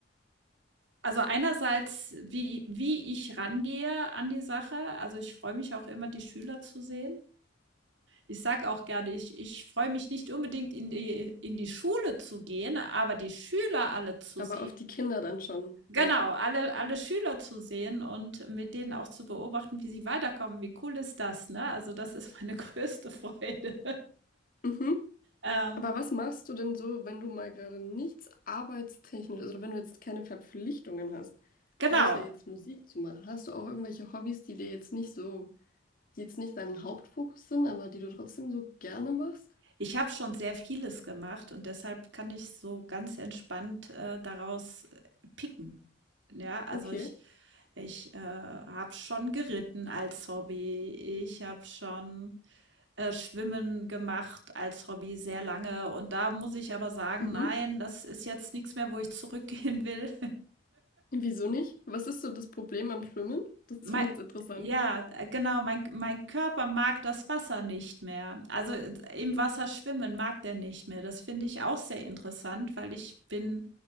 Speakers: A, on the right (about 65°); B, on the left (about 45°).
A: also einerseits, wie wie ich rangehe an die Sache. Also, ich freue mich auch immer, die Schüler zu sehen. Ich sage auch gerne, ich ich freue mich nicht unbedingt, in die in die Schule zu gehen, aber die Schüler alle zu
B: Aber
A: sehen.
B: auf die Kinder dann schon,
A: Genau,
B: ja.
A: alle alle Schüler zu sehen und mit denen auch zu beobachten, wie sie weiterkommen. Wie cool ist das, ne? Also, das ist meine <laughs> größte Freude.
B: Mhm.
A: Ähm,
B: Aber was machst du denn so, wenn du mal gerade nichts arbeitstechnisch, also wenn du jetzt keine Verpflichtungen hast,
A: genau,
B: außer jetzt Musik zu machen? Hast du auch irgendwelche Hobbys, die dir jetzt nicht so, die jetzt nicht dein Hauptfokus sind, aber die du trotzdem so gerne machst?
A: Ich habe schon sehr vieles gemacht und deshalb kann ich so ganz entspannt äh, daraus äh, picken. Ja, also
B: Okay.
A: ich, ich äh, habe schon geritten als Hobby. Ich habe schon äh, Schwimmen gemacht als Hobby sehr lange. Und da muss ich aber sagen,
B: Mhm.
A: nein, das ist jetzt nichts mehr, wo ich zurückgehen will.
B: Wieso nicht? Was ist so das Problem am Schwimmen? Das
A: Mei
B: finde ich jetzt interessant.
A: ja, äh, genau, mein mein Körper mag das Wasser nicht mehr. Also, äh, im Wasser schwimmen mag der nicht mehr. Das finde ich auch sehr interessant, weil ich bin,